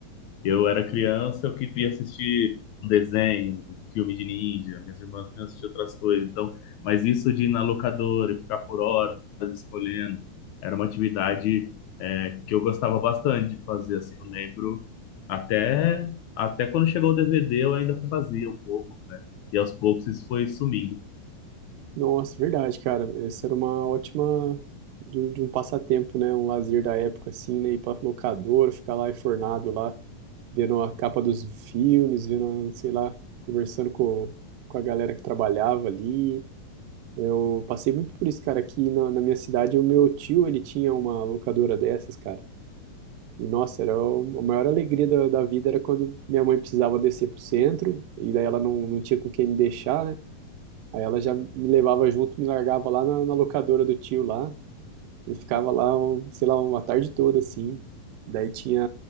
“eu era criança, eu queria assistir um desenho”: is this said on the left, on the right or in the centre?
Left